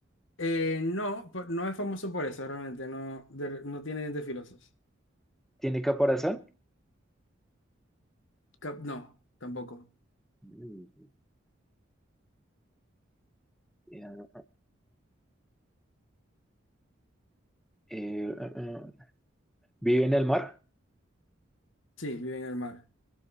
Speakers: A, on the left; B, in the centre.
A: Eh, no, por- no es famoso por eso, realmente. No, de- no tiene dientes filosos.
B: ¿Tiene caparazón?
A: Cap- no, tampoco.
B: Mm. Eh, eh, eh, ¿vive en el mar?
A: Sí, vive en el mar.